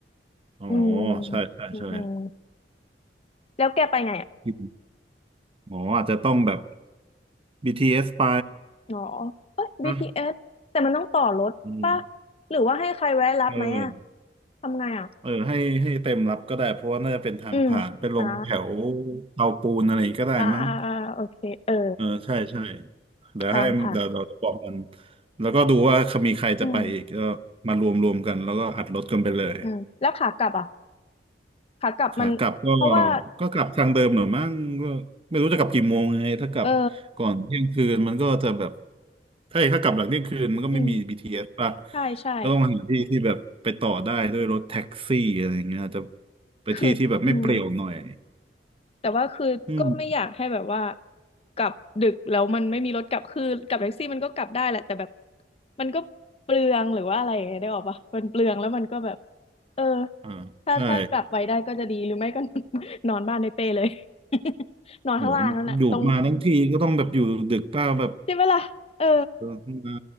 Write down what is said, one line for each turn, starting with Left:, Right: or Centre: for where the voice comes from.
Right: อ๋อ
Left: อืม
Right: ใช่ใช่ใช่
Left: อืมอืมแล้วแกไปไง
Right: กินอ๋ออาจจะต้องแบบ BTS ไป
Left: อ๋อเอ้ย
Right: นะ
Left: BTS แต่มันต้องต่อรถป่ะ
Right: อืม
Left: หรือว่าให้ใครแวะรับไหมอ่ะ
Right: เออ
Left: ทำไงอ่ะ
Right: เออให้ให้เต็มรับก็ได้ เพราะว่าน่าจะเป็นทางผ่านไปลงแถว
Left: อืมอ่า
Right: เตาปูนอะไรก็ได้มั้ง
Left: อ่า อ่า อ่า โอเค เออ
Right: เออใช่ใช่เดี๋ยวให้เดี๋ยวเราจะบอกมัน
Left: ตามผ่ะ
Right: แล้วก็ดูว่ามีใครจะไปอีกก็มารวมรวมกันแล้วก็อัดรถกันไปเลย
Left: อืมอืม แล้วขากลับอ่ะขากลับมัน
Right: ขากลับก็
Left: เพราะว่า
Right: ก็กลับทางเดิมหน่อยมั้งก็ไม่รู้จะกลับกี่โมงไงถ้ากลับก่อนเที่ยงคืนมันก็จะแบบ
Left: เออ
Right: ถ้าถ้ากลับหลังเที่ยงคืนมันก็ไม่มี
Left: อืม
Right: BTS ป่ะ
Left: ใช่ใช่
Right: ก็ต้องหาที่ที่แบบไปต่อได้ด้วยรถแท็กซี่อะไรอย่างเงี้ยอาจจะไปที่ที่แบบไม่เปรี่ยวหน่อย
Left: คืออืม แต่ว่าคือก็ไม่อยากให้แบบว่า
Right: อืม
Left: กลับดึกแล้วมันไม่มีรถกลับคือกลับแท็กซี่มันก็กลับได้แหละแต่แบบมันก็เปลืองหรือว่าอะไรอย่างเงี้ยได้ออกปะมันเปลืองแล้วมันก็แบบเออ
Right: อ่าใช่
Left: ถ้าถ้ากลับไปได้ก็จะดีหรือไม่ก็ <laughs> นอนบ้านในเป้เลย <laughs> นอนข้างล่างนั่นแหละตรง
Right: โหอยู่มาทั้งทีก็ต้องแบบอยู่ดึกป้าแบบ
Left: ใช่ไหมล่ะเออ
Right: เออมา